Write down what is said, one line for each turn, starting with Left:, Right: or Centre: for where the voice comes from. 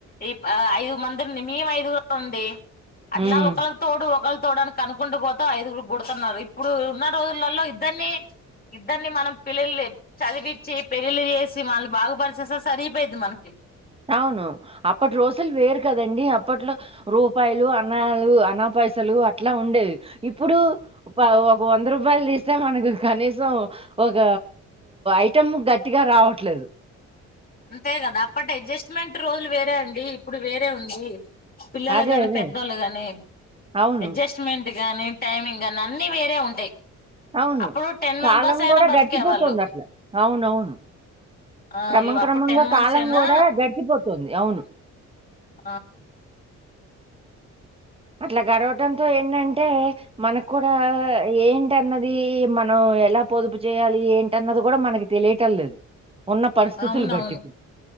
Left: ఈ ఐదు మందిరిని మము ఐదుగురాం అండి అట్
Right: హ్మ్.
Left: నా ఒకళకి తోడు తడానికి అనుకుంటూ పోత ఐదుగురు గుడుతున్నారు ఇప్పుడు ఉన్న రోజులలో ఇద్దరిని ఇద్దరిని మనం పిల్ల చదివించి పెళ్ళిళ్లి చేసి మన బాగుపరిసేస్తా సరిపోయిద్ది మనకి
Right: అవును అప్పటి రోజులు వేరు కదండి అప్పట్లో రూపాయలు అన్నాలు అన్న పైసలు అట్లా ఉండేవి ఇప్పుడు ఒక వంద రూపాయలు తీస్తే మనకు కనీసం ఒక ఐటం గట్టిగా రావట్లేదు
Left: అంతే కదా అప్పటి అడ్జస్ట్మెంట్ రోజులు వేరే అండి ఇప్పుడు వేరే ఉంది పిల్లలు
Right: అదే.
Left: కాని
Right: అదే.
Left: పెద్దోళ్ళు కానీ
Right: అవును.
Left: అడ్జస్ట్మెంట్ గాని టైమింగ్ గానీ అన్నిీ వేరే ఉంటాయి
Right: అవును
Left: అప్పుడు టెన్
Right: కాలం
Left: మెంబర్స్ అయినా
Right: కూడా
Left: బతికే
Right: గడిచిపోతుంది
Left: వాళ్ళు
Right: అట్లా అవునవును
Left: ఆ
Right: క్రమం క్రమ
Left: అప్పుడు
Right: క్రమంగా
Left: టెన్ మంత్స్
Right: కాలం
Left: అయినా
Right: కూడా గడిచిపోతుంది అవును
Left: ఆ
Right: అట్లా గడవటంతో ఏంటంటే మనకు కూడా ఏంటన్నది మనం ఎలా పొదుపు చేయాలి ఏంటన్నది కూడా మనకి తెలియటం లేదు ఉన్న పరిస్థితులు
Left: అవునవును
Right: బట్టి ఇప్పుడు.